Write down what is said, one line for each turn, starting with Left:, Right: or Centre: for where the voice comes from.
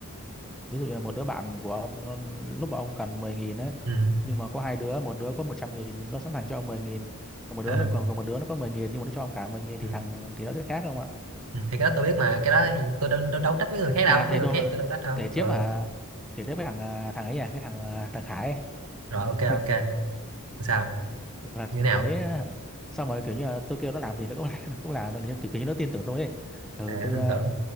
Centre: ví dụ như là một đứa bạn của ông nó- lúc mà ông cần 10 nghìn ấy
Right: ừ
Centre: nhưng mà có hai đứa một đứa có 100 nghìn nó sẵn sàng cho ông mười nghìn còn một
Right: ờ,
Centre: đứa nó còn, còn một đứa nó có 10 nghìn nhưng mà nó cho ông cả 10 nghìn thì
Right: ừ.
Centre: thằng thì nó sẽ khác không ạ
Right: ừ. thì cái đó tôi biết mà cái đó thì tôi đâu, đâu, đâu trách mấy người khác đâu
Centre: à thì
Right: mấy người
Centre: tôi
Right: khác tôi đâu trách đâu
Centre: kể
Right: ờ
Centre: tiếp à kể tiếp cái thằng à, thằng ấy à cái thằng à, thằng Khải ấy.
Right: rồi ok ok
Centre: <laughs>
Right: sao
Centre: Là
Right: như thế nào
Centre: thằng đấy à, xong rồi kiểu như là tôi kêu nó làm gì nó cũng <laughs> nó cũng làm được kiểu, kiểu như nó tin tưởng tôi ấy ừ
Right: à
Centre: tôi
Right: tin
Centre: à,
Right: tưởng